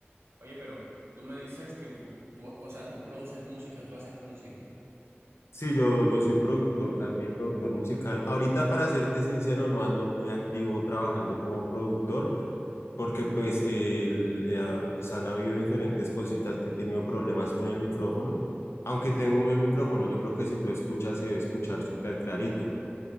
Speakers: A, on the right; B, on the left.
A: Oye, pero tú me dices que tú, tú, o sea, tú produces música, tú haces música.
B: Sí, yo, yo soy productor también, productor musical. Ahorita, para serte sincero, no ando muy activo trabajando como productor, porque pues, el- eh, ah, pues han habido diferentes cositas que he tenido problemas con el micrófono. Aunque tengo un buen micrófono, yo creo que si tú escuchas se debe escuchar súper clarito.